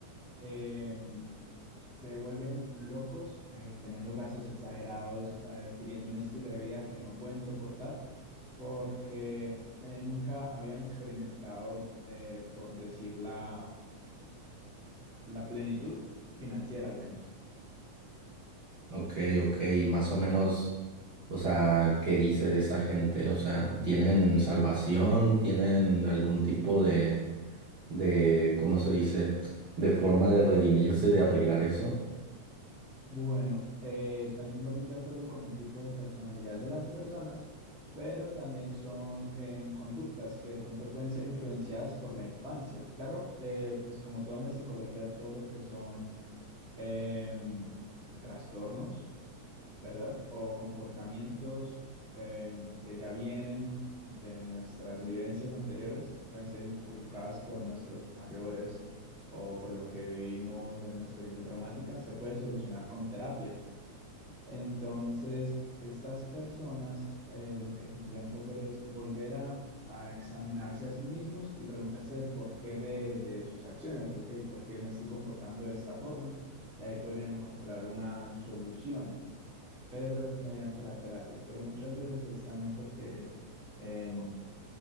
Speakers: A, in the centre; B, on the right.
A: eh, se vuelven locos, eh, teniendo gastos exagerados, adquiriendo un estilo de vida que no pueden soportar porque eh, nunca habían experimentado, eh, por decir la la plenitud financiera al menos.
B: Ok, ok, y más o menos... O sea, ¿qué dice de esa gente? O sea, ¿tienen salvación? ¿Tienen algún tipo de, de, ¿cómo se dice? de forma de redimirse, de arreglar eso?
A: Bueno, eh, también va muy de acuerdo con el tipo de personalidad de las personas, pero también son eh, conductas que de pronto pueden ser influenciadas por la infancia. Claro, eh, pues como todo en la psicología, todo lo que son eh, trastornos, ¿verdad? O comportamientos eh, que ya vienen de nuestras vivencias anteriores, pueden ser inculcadas por nuestros mayores o por lo que vivimos en una experiencia traumática, se puede solucionar con terapia. Entonces, estas personas eh, lo que tendrían que hacer es volver a, a examinarse a sí mismos y preguntarse el porqué de, de sus acciones, ¿ok? ¿Por qué me estoy comportando de esta forma? Y ahí podrían encontrar una solución, pero es mediante la terapia. Pero muchas veces es también porque eh,